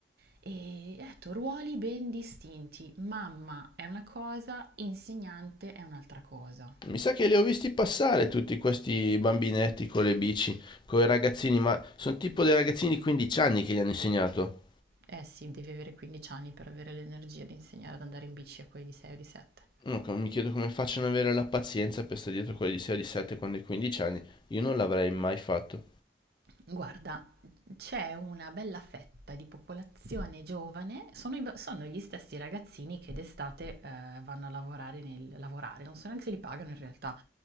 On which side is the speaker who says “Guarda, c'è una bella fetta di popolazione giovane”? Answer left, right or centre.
Right